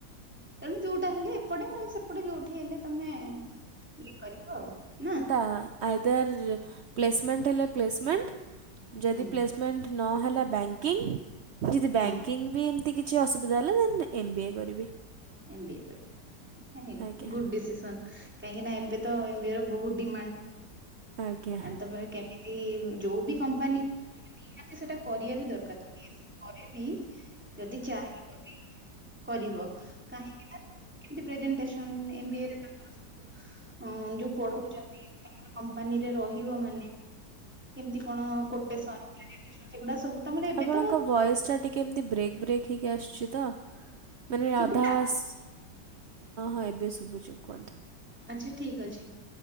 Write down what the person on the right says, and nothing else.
ଆ ଖାଦ୍ୟ ପ୍ଲେସ ମେଣ୍ଟ ହେଲେ ପ୍ଲେସମେଣ୍ଟ ଯଦି
ପ୍ଲେସ ମେଣ୍ଟ ନ ହେଲା ବ୍ୟାଙ୍କିଙ୍ଗ୍ ଯଦି
ବ୍ୟାଙ୍କିଙ୍ଗ୍ ବି ବି କିଛି ଅସୁବିଧା ହେଲା ଦେନ୍ ଏମ୍ ବି ଏ କରିବି।
ଆଜ୍ଞା
ଆଜ୍ଞା
ଆପଣଙ୍କ
ଭଏସ୍ ଟା ଟିକେ ଏମିତି ବ୍ରେକ୍ ବ୍ରେକ୍ ହେଇକି ଆସୁଛି ତ। ମାନେ
ଅଧା ଆସ୍, ହଁ ଏବେ ଶୁଭୁଛି କୁହନ୍ତୁ।